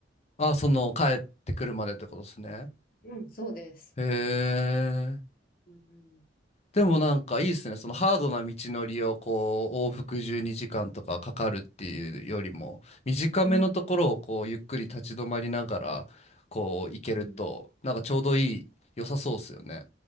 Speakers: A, on the left; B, on the left.
A: あ、その、帰ってくるまでってことですね。
B: うん、そうです。
A: へえ。
B: うん
A: でもなんかいいっすね。そのハードな道のりをこう、往復12時間とかかかるっていうよりも、短めのところをこう、
B: うん。
A: ゆっくり立ち止まりながら、こう、行けると、
B: うん。
A: なんかちょうどいい、良さそうっすよね。